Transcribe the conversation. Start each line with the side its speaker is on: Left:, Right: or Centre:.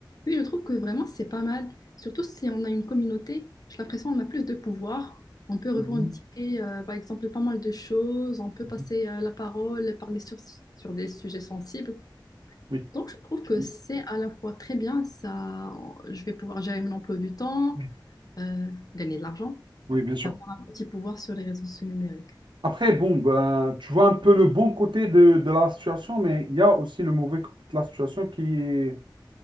Left: Mais je trouve que vraiment, c'est pas mal. Surtout si on a une communauté, j'ai l'impression qu'on a plus de pouvoir. On peut revendiquer,
Right: Mhm,
Left: euh, par exemple, pas mal de choses. On peut
Right: mhm.
Left: passer euh, la parole, parler sur, sur des sujets sensibles.
Right: Oui,
Left: Donc, je trouve que
Right: oui,
Left: c'est à la fois très bien, ça, je vais pouvoir gérer mon emploi du temps,
Right: oui,
Left: euh, gagner de l'argent
Right: oui, bien sûr.
Left: et avoir un petit pouvoir sur les réseaux sociaux numériques.
Right: Après, bon, ben, tu vois un peu le bon côté de, de la situation, mais il y a aussi le mauvais côté de la situation qui est,